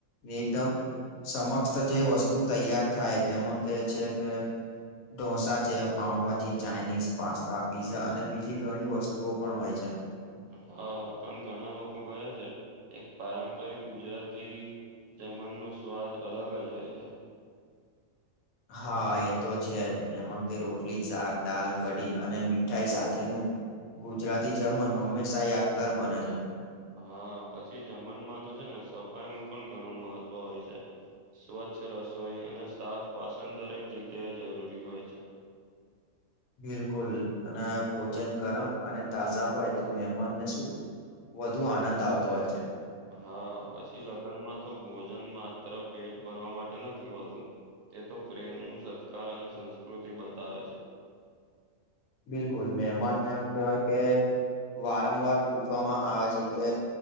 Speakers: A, on the left (about 80°); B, on the right (about 70°).
A: એકદમ સમક્ષ જે વસ્તુ તૈયાર થાય તેમાં કે છે કે ઢોસા છે પાઉભાજી ચાઇનીઝ પાસ્તા પીઝા અને બીજી ઘણી વસ્તુઓ પણ હોય છે.
B: હા પણ ઘણા લોકો કહે છે એક પારંપરિક ગુજરાતી જમનનો સ્વાદ અલગ જ હોય છે.
A: હા એ તો છે જ એમાં કે રોટલી શાક દાલ કઢી અને મીઠાઈ સાથેનું ગુજરાતી જમન હંમેશા યાદગાર બને છે.
B: હા પછી જમનમાં તો છે ને સફાઈનું પણ ઘણું મહત્વ હોય છે. સ્વચ્છ રસોઈ અને સાફ વાસણ દરેક જગ્યાએ જરૂરી હોય છે.
A: બિલકુલ અને ભોજન ગરમ અને તાજા હોય તો મેહેમાનને શું વધુ આનંદ આવતો હોય છે.
B: હા પછી લગનમાં તો ભોજન માત્ર ભરવા માટે નથી હોતું. તે તો પ્રેમ નું સત્કાર અને સંસ્કૃતિ બતાવે છે.
A: બિલકુલ મહેમાનને એમ કેહેવાય કે વારંવાર પૂછવામાં આવે છે કે